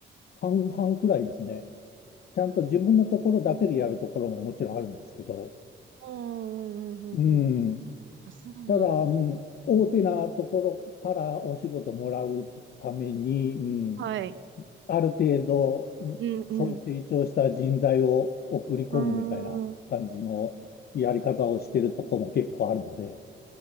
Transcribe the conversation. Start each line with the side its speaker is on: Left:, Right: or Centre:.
Left: 半々くらいですね。ちゃんと自分のところだけでやるところももちろんあるんですけど、
Right: うん、うん、うん、
Left: うん、
Right: うん。うんあ、そうなんだ。
Left: ただ、うん、大手なところからお仕事もらうために、うん、
Right: はい。
Left: ある程度、うんそう成長した人材を送り込むみたいな感じのやり方をしてるとこも結構あるので、
Right: うんうん。あー